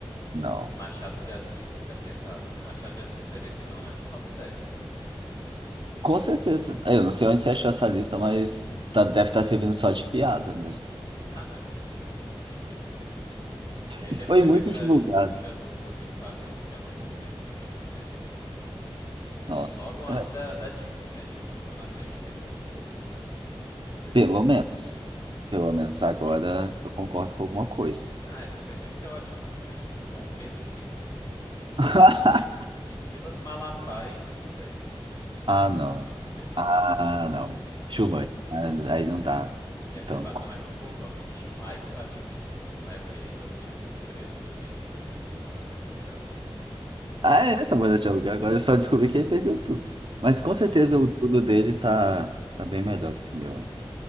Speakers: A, on the right; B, on the left.
A: não.
B: do Machado de Assis fica pesado, né? Machado de Assis teria que ser pelo menos um top 10, né? Com certeza.
A: Com certeza. É, Eu não sei onde você achou essa lista, mas tá- deve estar servindo só de piada mesmo.
B: Uhum. Ah, no SBT, né? <laughs> Sim. E aí
A: Isso
B: depois
A: foi muito
B: aqui da
A: divulgado.
B: Xuxa, do Rodrigo Faro, tem o Luciano Huck aqui também, 35. E cinco.
A: Nossa.
B: E logo antes
A: É,
B: da, da Dilma, assim, a Dilma ficou na frente dele por pouco. trinta e três
A: pelo menos. Pelo menos agora eu concordo com alguma coisa.
B: Ah, essa sequência é ótima também. Olha aqui, ó. Dom Pedro II em vinte e sete
A: <laughs>
B: e Silas Malafaia em vinte E seis
A: Ah, não.
B: <laughs>
A: Ah, não. Schubert. Ah, Aí não dá.
B: e aí você
A: Tanco.
B: passa mais um pouco, ó, vinte e um Ike Batista. Na época ele ainda não tinha sido preso, não tinha perdido tudo, morando de aluguel, né?
A: Ah, é, tá bom, já tinha lugar. Agora eu só descobri que ele perdeu tudo. Mas
B: Pois
A: com
B: é.
A: certeza o tudo dele tá, tá bem melhor do que o meu ainda.